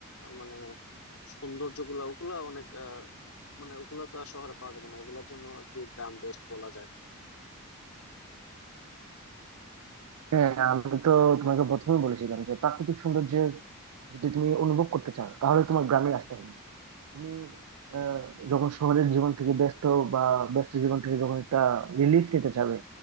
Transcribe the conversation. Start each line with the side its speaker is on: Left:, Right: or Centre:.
Left: মানে সৌন্দর্য গুলা ওগুলা অনেক আহ মানে ওগুলা তো আর শহরে পাওয়া যাবে না ওগুলার জন্য আর কি গ্রাম বেস্ট বলা যায়
Right: হ্যাঁ আমি তো তোমাকে প্রথমেই বলেছিলাম যে প্রাকৃতিক সৌন্দর্যের যদি তুমি অনুভব করতে চাও তাহলে তোমার গ্রামে আসতে হবে তুমি আহ, যখন শহরের জীবন থেকে ব্যস্ত বা ব্যস্ত জীবন থেকে যখন একটা রিলিফ নিতে চাবে